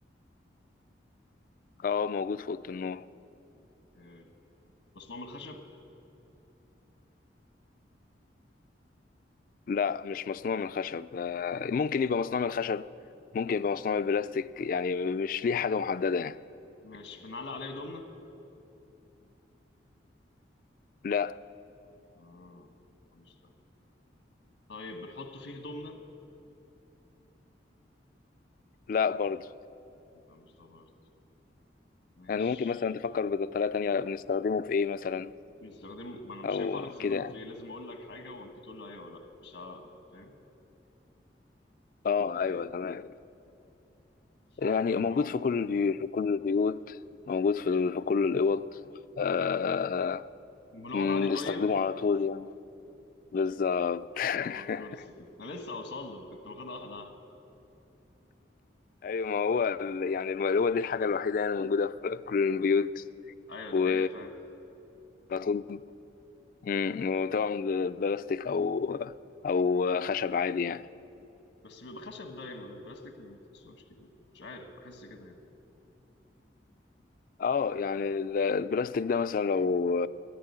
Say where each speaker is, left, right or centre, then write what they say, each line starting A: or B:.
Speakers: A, on the left (about 45°); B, on the left (about 85°).
A: اه موجود في اوضه النوم
B: حلو. مصنوع من الخشب
A: لا مش مصنوع من الخشب آه، ممكن يبقى مصنوع من الخشب ممكن يبقى مصنوع من البلاستيك يعني مش ليه حاجه محدده يعني
B: ماشي بنعلق عليه هدومنا
A: لا
B: اه مش ده طيب بنحط فيه هدومنا
A: لا برضه
B: يبقى مش ده برضه ماشي
A: يعني ممكن مثلا تفكر بطريقه تانية بنستخدمه في ايه مثلا
B: بنستخدم ما انا مش
A: او
B: هينفع اقول لك استخدمه
A: كده يعني
B: في ايه لازم اقول لك حاجه وانت تقول لي ايوه ولا لا مش عارف فاهم
A: اه ايوه تمام
B: صوت
A: يعني
B: النوم
A: موجود في كل البيوت في كل البيوت موجود في
B: ايوه
A: ال- في كل الاوض آه، آه، آه،
B: بنقعد
A: مم،
B: عليه طيب
A: نستخدمه على طول يعني بالظبط <laughs>
B: هو الكرسي كنت انا لسه هوصل له كنت واخدها واحده واحده
A: ايوه ما هو ال- يعني الم- هو دي الحاجه الوحيده يعني موجوده في كل البيوت
B: ايوه ده
A: و
B: حقيقه فاهم
A: على طول مم، وطبعا بلاستيك او او خشب عادي يعني
B: <laughs> بس بيبقى خشب دايما البلاستيك ما بتحسوش كتير مش عارف بحس كده يعني
A: اه يعني ال- البلاستيك ده مثلا لو